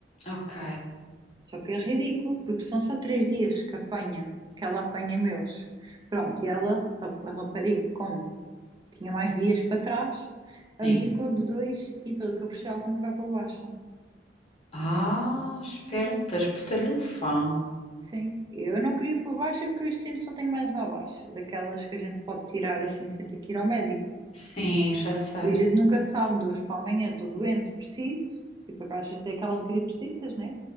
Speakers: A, on the left (about 35°); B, on the right (about 25°).
A: Ok,
B: Só que é ridículo, porque são só três dias que apanha, que ela apanha meus. Pronto, e ela, rap- a rapariga, como tinha mais dias para trás, abdicou
A: sim.
B: de dois e pelo que eu percebi ela também vai para baixa.
A: Ah, esperta, espertalhufa.
B: Sim, eu não queria para baixa porque eu este ano só tenho mais uma baixa, daquelas que a gente pode tirar assim sem ter que ir ao médico.
A: Sim, já sei.
B: E a gente nunca sabe, de hoje para amanhã estou doente, preciso. Tipo, às vezes é aquelas gripesitas, né?